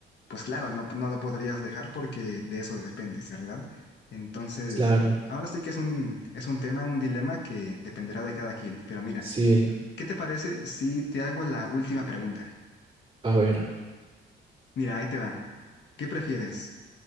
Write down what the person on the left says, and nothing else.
pues claro, no, no lo podrías dejar porque de eso dependes, ¿verdad? Entonces,
ahora sí que es un, es un tema, un dilema que dependerá de cada quien. Pero mira,
¿qué te parece si te hago la última pregunta?
Mira, ahí te va. ¿Qué prefieres?